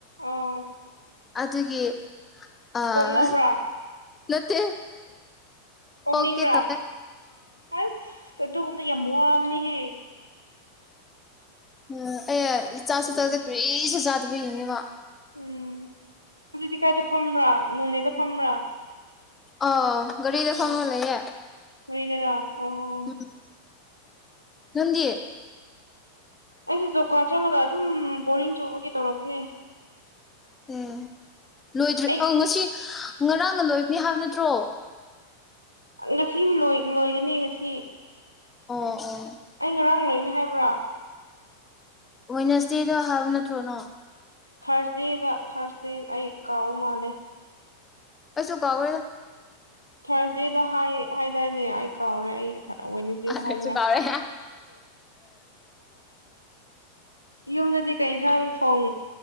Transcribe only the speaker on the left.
ꯑꯗꯨꯒꯤ ꯑꯥ
ꯅꯇꯦ
ꯑꯣꯀꯦ ꯇꯃꯦ
ꯎꯝ ꯑꯩ ꯏꯆꯥꯁꯨ ꯆꯥꯗ ꯄꯔꯤꯁꯨ ꯆꯥꯗꯕ ꯍꯅꯤꯕ
ꯑꯣ ꯒꯥꯔꯤꯗ
ꯐꯪꯉ ꯂꯩꯌꯦ
ꯎ ꯅꯗꯤ
ꯑꯦ ꯂꯣꯏꯗ꯭ꯔꯦ
ꯑ ꯉꯁꯤ ꯉꯔꯥꯡꯅ ꯂꯣꯏꯕꯅꯤ ꯍꯥꯏꯕ ꯅꯠꯇ ꯇ꯭ꯔꯣ
ꯑꯣ ꯑꯣ
ꯋꯥꯏꯅꯁꯗꯦꯗꯣ ꯍꯥꯏꯕ ꯅꯠꯇ꯭ꯔꯣꯅꯣ
ꯑꯩꯁꯨ ꯀꯕꯣꯏ
ꯑꯩꯁꯨ ꯀꯥꯎꯔꯦ